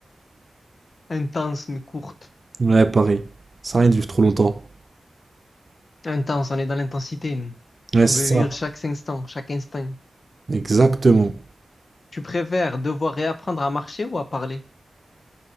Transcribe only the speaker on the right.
Ouais, pareil. Ça sert à rien de vivre trop longtemps.
Ouais, c'est
ça.
Exactement.